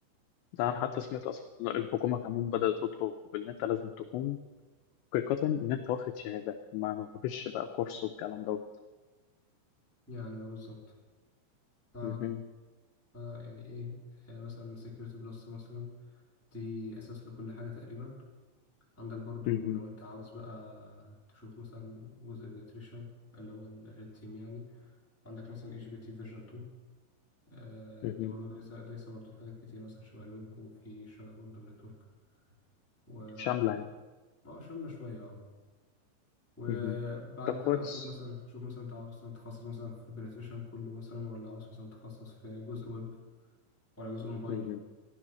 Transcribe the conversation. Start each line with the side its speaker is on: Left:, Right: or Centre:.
Left: ده
Centre: تمام
Left: انا حتى سمعت اصلا الحكومه كمان بدات تطلب ان انت لازم تكون حقيقه ان انت واخد شهاده ما ما فيش بقى كورس والكلام دوت
Centre: يعني أه بالظبط ف...
Left: مهم.
Centre: ف يعني إيه آه، مثلا سكيورتي بلس مثلا دي أساس لكل حاجة تقريبا عندك برضو
Left: مهم.
Centre: لو أنت عاوز بقى تشوف مثلا جزء بيتريشن اللي هو الريد تيم يعني عندك مثلا اي جي بي تي فيرجن 2 آه،
Left: مهم.
Centre: دي برضو دايسة دايسة برضو في حاجات كتير مثلا شبه الويب وفي شبه برضو النتورك و
Left: شامله
Centre: و-
Left: يعني
Centre: اه شاملة شوية اه وبعد
Left: مهم. ده كويس
Centre: كده أشوف مثلا شوف مثلا أنت عاوز مثلا تتخصص مثلا في بنتريشن كله مثلا ولا عاوز مثلا تتخصص في جزء ويب ولا جزء موبايل
Left: مهم.